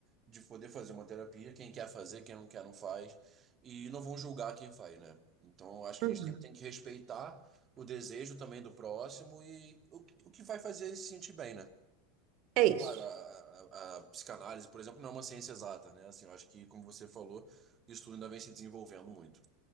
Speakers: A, on the right; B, on the right.
A: de poder fazer uma terapia, quem quer fazer, quem não quer não faz, e não vão julgar quem faz, né? Então eu acho que
B: Uhum.
A: a gente sempre tem que respeitar o desejo também do próximo e o, o que vai fazer ele se sentir bem, né?
B: É
A: E claro,
B: isso.
A: a, a- a psicanálise, por exemplo, não é uma ciência exata, né? Assim, eu acho que, como você falou, isso tudo ainda vem se desenvolvendo muito.